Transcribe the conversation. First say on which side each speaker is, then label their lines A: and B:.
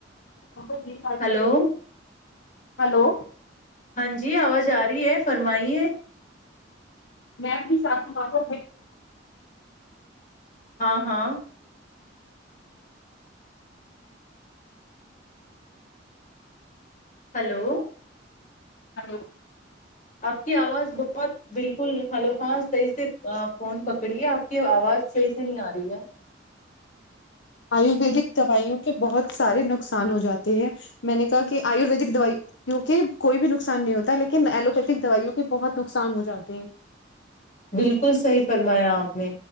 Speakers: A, on the left (about 70°); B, on the left (about 45°).
A: ا ب جی آ
B: ہلو
A: ہلو
B: ہاں جی آواز آ رہی ہے فرمائی ہے
A: میں اپنی ساتم کوےوں
B: ہاں ہاں ہلو
A: ہ <unintelligible>
B: آپ <unintelligible> کی آواز بہت بالکل ہلو ہاں صحیح سے فون پکڑی ہے آپ کی آواز صحیح سے نہیں آ رہی ہے
A: آیورویدک دوائیوں کے بہت سارے نقصان ہو جاتے ہیں میں نے کہا کہ آیورویدک دوائیوں کے کوئی بھی نقصان نہیں ہوتا لیکن ایلوپیتھک دوائیوں کے بہت نقصان ہو جاتے ہیں
B: بالکل صحیح فرمایا آپ نے